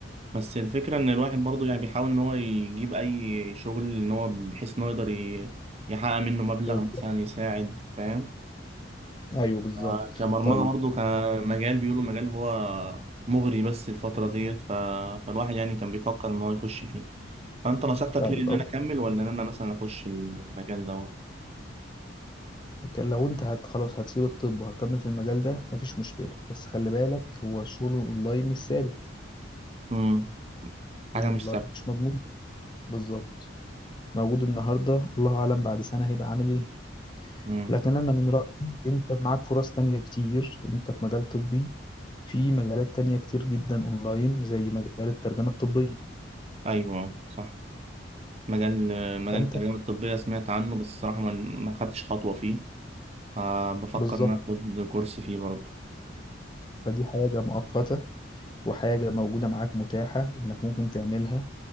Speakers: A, on the right; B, on the left.
A: بس الفكرة ان الواحد برضو يعني بيحاول ان هو يجيب اي شغل ان هو بحيث ان هو يقدر ي- يحقق منه مبلغ
B: بز...
A: مثلا يساعد فاهم
B: ايوه بالظبط
A: آه، كبرمجة
B: طيب
A: برضو كمجال بيقولوا مجال هو مغري بس الفترة ديت ف... فالواحد يعني كان بيفكر ان هو يخش فيه فانت نصيحتك
B: طيب
A: ليه ان
B: أقول
A: انا اكمل ولا ان انا مثلا اخش المجال ده
B: لك، لو انت هت خلاص هتسيب الطب وهتكمل في المجال ده مفيش مشكلة بس خلي بالك هو الشغل الاونلاين مش ثابت
A: امم حاجة
B: الاونلاين
A: مش ثابتة
B: مش مضمون بالظبط موجود النهاردة الله اعلم بعد سنة هيبقى عامل ايه
A: امم
B: لكن انا من رأيي انت معاك فرص تانية كتير انت في مجال طبي في مجالات تانية كتير جدا اونلاين زي مجال الترجمة الطبية
A: ايوه صح مجال مجال
B: فانت
A: الترجمة الطبية سمعت عنه بس الصراحة ما ما خدتش خطوة فيه آه بفكر
B: بالظبط
A: إن أنا آخد كورس فيه برضه
B: فدي حاجة مؤقتة وحاجة موجودة معاك متاحة انك ممكن تعملها